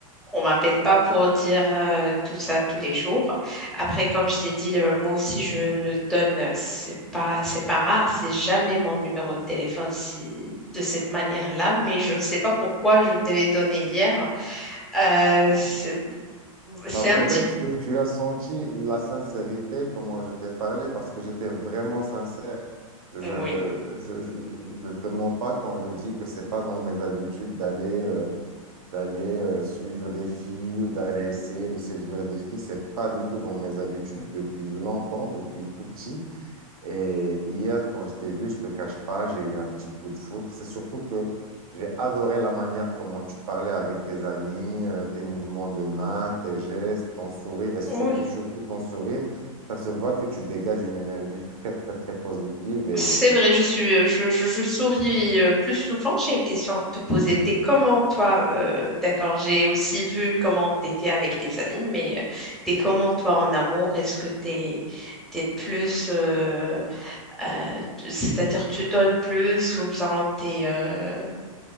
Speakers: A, in the centre; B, on the right (about 80°).
A: On m'appelle pas pour dire euh, tout ça tous les jours. Après, comme je t'ai dit, euh, moi aussi, je ne donne, euh, c'est pas, c'est pas rare, c'est jamais mon numéro de téléphone si, de cette manière-là, mais je ne sais pas pourquoi je te l'ai donné hier. Euh, c'est c'est
B: Bah, peut-être
A: un petit...
B: que tu as senti la sincérité, comment je t'ai parlé, parce que j'étais vraiment sincère. Je
A: Oui.
B: je, je, je te mens pas quand je dis que c'est pas dans mes habitudes d'aller euh, d'aller euh, suivre des filles ou d'aller essayer de séduire des filles. C'est pas du tout dans mes habitudes depuis longtemps, depuis tout petit. Et hier, quand je t'ai vu, je te cache pas, j'ai eu un petit coup de foudre. C'est surtout que j'ai adoré la manière comment tu parlais avec tes amis, euh, tes mouvements de main, tes gestes, ton sourire et surtout,
A: Oula.
B: surtout ton sourire. Ça se voit que tu dégages une énergie très, très, très positive et
A: C'est vrai, je suis, euh, je, je- je souris euh, plus souvent. J'ai une question à te poser. T'es comment, toi? euh, d'accord, j'ai aussi vu comment t'étais avec tes amis, mais euh, t'es comment, toi, en amour? Est-ce que t'es, t'es plus, euh, euh, t- c'est-à-dire tu donnes plus ou bien t'es, euh,